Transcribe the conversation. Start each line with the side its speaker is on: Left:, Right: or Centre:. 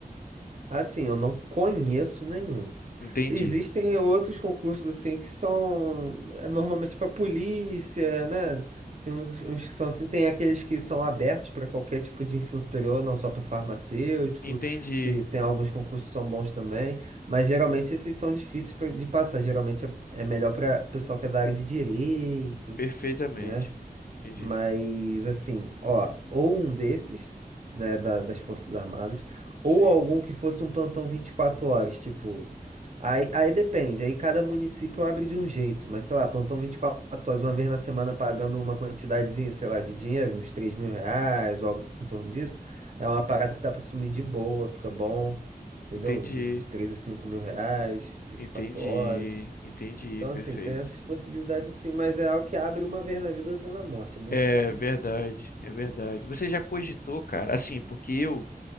Right: Assim, eu não conheço nenhum.
Left: Entendi.
Right: Existem outros concursos assim que são é, normalmente para polícia, né? Tem uns, uns que são assim, tem aqueles que são abertos para qualquer tipo de ensino superior, não só para farmacêutico,
Left: Entendi
Right: que tem alguns concursos que são bons também, mas geralmente esses são difíceis pra- de passar. Geralmente é, é melhor para pessoal que é da área de direito,
Left: perfeitamente.
Right: né?
Left: Entendi.
Right: Mas assim, ó, ou um desses, né, da- das Forças Armadas,
Left: Sim.
Right: ou algum que fosse um plantão 24 horas, tipo. Aí, aí depende, aí cada município abre de um jeito, mas sei lá, plantão vinte e quatro horas, uma vez na semana pagando uma quantidadezinha, sei lá, de dinheiro, uns 3 mil reais ou algo em torno disso, é uma parada que dá pra sumir de boa, fica bom, entendeu?
Left: Entendi.
Right: De, de 3 a cinco mil reais, vinte
Left: Entendi.
Right: e quatro horas.
Left: Entendi.
Right: Então, assim,
Left: Perfeito.
Right: tem essas possibilidades, assim, mas é algo que abre uma vez na vida, outra na morte. É muito
Left: É
Right: difícil
Left: verdade,
Right: de.
Left: é verdade. Você já cogitou, cara? Assim, porque eu